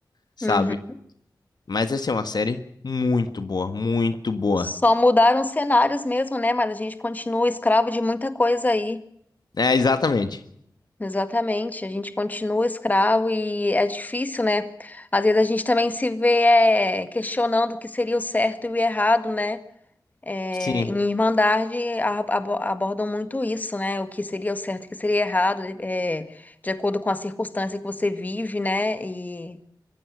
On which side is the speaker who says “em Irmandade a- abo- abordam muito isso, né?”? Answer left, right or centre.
Left